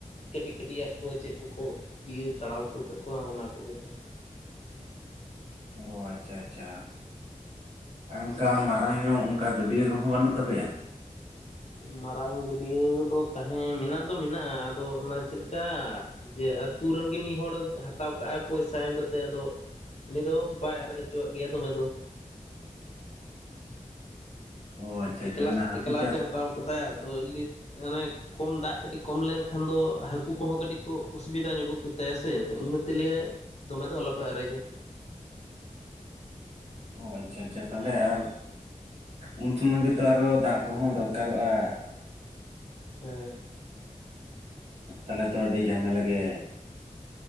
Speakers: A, on the left (about 50°); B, on the right (about 50°).
A: ᱠᱟᱹᱴᱤᱡ ᱠᱟᱹᱴᱤᱡᱟᱜ ᱠᱚ ᱪᱮᱫ ᱠᱚᱠᱚ ᱤᱭᱟᱹ ᱛᱟᱲᱟᱣ ᱦᱚᱪᱚ ᱟᱠᱟᱫ ᱠᱚᱣᱟ ᱚᱱᱟ ᱠᱚᱜᱮ ᱛᱚ᱾
B: ᱚᱻ ᱟᱪᱪᱷᱟ ᱟᱪᱪᱷᱟ᱾ ᱟᱨ ᱚᱱᱠᱟ ᱢᱟᱨᱟᱝ ᱧᱚᱜ ᱚᱱᱠᱟ ᱜᱟᱹᱰᱭᱟᱹ ᱠᱚᱦᱚᱸ ᱵᱟᱹᱱᱩᱜ ᱛᱟᱯᱮᱭᱟ?
A: ᱢᱟᱨᱟᱝ ᱜᱟᱹᱰᱭᱟᱹ ᱫᱚ ᱛᱟᱦᱮᱸ ᱢᱮᱱᱟᱜ ᱫᱚ ᱢᱮᱱᱟᱜᱼᱟ ᱟᱫᱚ ᱚᱱᱟ ᱪᱮᱞᱠᱟ ᱡᱮ ᱟᱹᱛᱩ ᱨᱮᱱ ᱜᱮ ᱢᱤᱫ ᱦᱚᱲ ᱦᱟᱛᱟᱣ ᱠᱟᱜ ᱟᱭ ᱯᱚᱭᱥᱟ ᱮᱢ ᱠᱟᱛᱮᱜ ᱟᱫᱚ ᱩᱱᱤ ᱫᱚ ᱵᱟᱭ ᱟᱨᱮᱡ ᱦᱚᱪᱚᱣᱟᱜ ᱜᱮᱭᱟ ᱫᱚᱢᱮ ᱫᱚ᱾
B: ᱚ ᱟᱪᱪᱷᱟ
A: ᱮᱠᱞᱟ
B: ᱟᱪᱪᱷᱟ ᱚᱱᱟ ᱦᱟᱹᱠᱩ
A: ᱮᱠᱞᱟ
B: ᱪᱟᱥ
A: ᱛᱮᱭ ᱦᱟᱛᱟᱣ ᱠᱟᱫᱟᱭ ᱟᱫᱚ ᱚᱱᱮ ᱠᱚᱢ ᱫᱟᱜ ᱠᱟᱹᱴᱤᱡ ᱠᱚᱢ ᱞᱮᱱᱠᱷᱟᱱ ᱫᱚ ᱦᱟᱹᱠᱩ ᱠᱚᱦᱚᱸ ᱠᱟᱹᱴᱤᱡ ᱠᱚ ᱚᱥᱩᱵᱤᱫᱟ ᱧᱚᱜᱚᱜ ᱜᱮᱛᱟᱭᱟ ᱥᱮ ᱟᱫᱚ ᱤᱱᱟᱹᱛᱮ ᱞᱟᱹᱭᱟᱭ ᱫᱚᱢᱮ ᱫᱚ ᱟᱞᱚ ᱯᱮ ᱟᱨᱮᱡᱟ᱾
B: ᱚᱻ ᱟᱪᱪᱷᱟ ᱟᱪᱪᱷᱟ ᱛᱟᱦᱚᱞᱮ ᱟᱨ ᱩᱱ ᱥᱚᱢᱚᱭ ᱜᱮᱛᱚ ᱟᱨᱚ ᱫᱟᱜ ᱠᱚᱦᱚᱸ ᱫᱚᱨᱠᱟᱨᱚᱜᱼᱟ᱾
A: ᱦᱮᱸ᱾ <unintelligible>
B: ᱛᱟᱦᱚᱞᱮ ᱛᱚ ᱟᱹᱰᱤ ᱡᱷᱟᱢᱮᱞᱟ ᱜᱮᱭᱟᱭ᱾